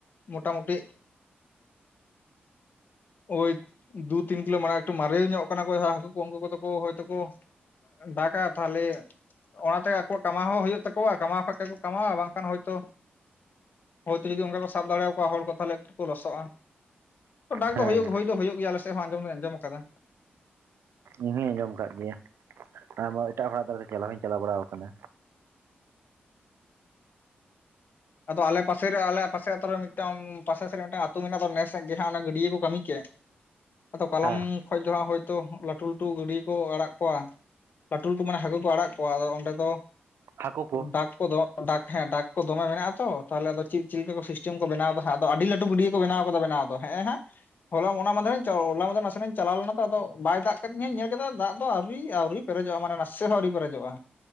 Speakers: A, on the left; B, on the right.
A: ᱢᱚᱴᱟᱢᱩᱴᱤ ᱳᱭ ᱫᱩ ᱛᱤᱱ ᱠᱤᱞᱳ ᱢᱟᱱᱮ ᱮᱠᱴᱩ ᱢᱟᱨᱮ ᱧᱚᱜ ᱠᱟᱱᱟ ᱡᱟᱦᱟᱭ ᱦᱟᱹᱠᱩ ᱠᱚ ᱩᱱᱠᱩ ᱠᱚᱫᱚ ᱠᱚ ᱦᱚᱭᱛᱚ ᱠᱚ ᱰᱟᱠ ᱟᱭ ᱛᱟᱦᱞᱮ ᱚᱱᱟᱛᱮ ᱟᱠᱚᱣᱟᱜ ᱠᱟᱢᱟᱣ ᱦᱚᱸ ᱦᱩᱭᱩᱜ ᱛᱟᱠᱚᱣᱟ ᱠᱟᱢᱟᱣ ᱠᱷᱟᱱ ᱠᱚ ᱠᱚᱢᱟᱣᱟ ᱵᱟᱝᱠᱷᱟᱱ ᱦᱚᱭᱛᱚ ᱦᱳᱭᱛᱚ ᱡᱚᱫᱤ ᱠᱚ ᱚᱱᱠᱟ ᱠᱚ ᱥᱟᱵ ᱫᱟᱲᱮᱭᱟᱠᱚᱣᱟ ᱦᱚᱲ ᱠᱚ ᱛᱟᱦᱞᱮ ᱠᱚ ᱞᱚᱥᱚᱜ-ᱟ ᱰᱟᱠ
B: ᱦᱮᱸ
A: ᱫᱚ ᱦᱩᱭᱩᱜ ᱦᱩᱭ ᱫᱚ ᱦᱩᱭᱩᱜ ᱜᱮᱭᱟ ᱟᱞᱮ ᱥᱮᱫ ᱦᱚᱸ ᱟᱸᱡᱚᱢ ᱫᱚᱧ ᱟᱸᱡᱚᱢ ᱟᱠᱟᱫᱟ
B: ᱤᱧ ᱦᱚᱧ ᱟᱸᱡᱚᱢ ᱟᱠᱟᱫ ᱜᱮᱭᱟ ᱟᱨ ᱮᱴᱟᱜ ᱦᱚᱲᱟᱜ ᱫᱟᱨᱮ ᱪᱟᱞᱟᱣ ᱦᱚᱧ ᱪᱟᱞᱟᱣ ᱵᱟᱲᱟ ᱟᱠᱟᱱᱟ
A: ᱟᱫᱚ ᱟᱞᱮ ᱯᱟᱥᱮ ᱨᱮ ᱟᱞᱮᱭᱟᱜ ᱯᱟᱥᱮ ᱟᱛᱳ ᱨᱮ ᱢᱤᱫᱴᱟᱝ᱾ ᱯᱟᱥᱮ ᱥᱮᱜ ᱨᱮ ᱢᱤᱫᱴᱟᱝ ᱟᱛᱳ ᱢᱮᱱᱟᱜ ᱫᱚ ᱱᱮᱥ ᱡᱟᱦᱟᱸ ᱚᱱᱮ ᱜᱟᱹᱰᱭᱟᱹ ᱠᱚ ᱠᱟᱹᱢᱤ ᱠᱮᱜ ᱟᱫᱚ ᱠᱚᱞᱚᱢᱼᱼ
B: ᱦᱮᱸ
A: ᱠᱷᱚᱡ ᱫᱚ ᱦᱟᱸᱜ ᱦᱳᱭᱛᱳ ᱞᱟᱹᱴᱩ - ᱞᱟᱹᱴᱩ ᱜᱟᱹᱰᱭᱟᱹ ᱠᱚ ᱟᱲᱟᱜ ᱠᱚᱣᱟ᱾ ᱞᱟᱹᱴᱩ ᱞᱟᱹᱴᱩ ᱢᱟᱱᱮ ᱦᱟᱹᱠᱩ ᱠᱚ ᱟᱲᱟᱜ ᱠᱚᱣᱟ ᱟᱫᱚ ᱚᱸᱰᱮ ᱫᱚ
B: ᱦᱟᱹᱠᱩ ᱠᱚ
A: ᱰᱟᱠ ᱠᱚᱫᱚ ᱰᱟᱠ ᱦᱮᱸ ᱰᱟᱠ ᱠᱚ ᱫᱚᱢᱮ ᱢᱮᱱᱟᱜ ᱛᱚ ᱛᱟᱦᱚᱞᱮ ᱟᱫᱚ ᱪᱮᱫ ᱪᱮᱫ ᱞᱮᱠᱟ ᱠᱚ ᱥᱤᱥᱴᱮᱢ ᱠᱚ ᱵᱮᱱᱟᱣ ᱫᱟᱦᱟᱜ ᱟᱫᱚ ᱟᱹᱰᱤ ᱞᱟᱹᱴᱩ ᱜᱟᱰᱭᱟᱹ ᱠᱚ ᱵᱮᱱᱟᱣ ᱠᱟᱫᱟ ᱵᱮᱱᱟᱣ ᱫᱚ ᱦᱮᱸ ᱦᱟᱹᱜᱼᱼ ᱦᱚᱞᱟ ᱚᱱᱟ ᱢᱟᱫᱷᱮᱨ ᱚᱱᱟ ᱢᱟᱫᱷᱮᱨ ᱱᱟᱥᱮ ᱤᱧ ᱪᱟᱞᱟᱣ ᱞᱮᱱᱟ ᱛᱚ ᱟᱫᱚ ᱵᱟᱭ ᱫᱟᱜ ᱠᱟᱛᱮ <unintelligible> ᱧᱮᱞ ᱠᱮᱫᱟ ᱫᱟᱜ ᱫᱚ ᱟᱹᱣᱨᱤ ᱟᱹᱣᱨᱤᱼᱼ ᱯᱮᱨᱮᱡᱚᱜᱼᱟ ᱢᱟᱱᱮ ᱱᱟᱥᱮ ᱦᱚᱸ ᱟᱹᱣᱨᱤ ᱯᱮᱨᱮᱡᱚᱜᱼᱟ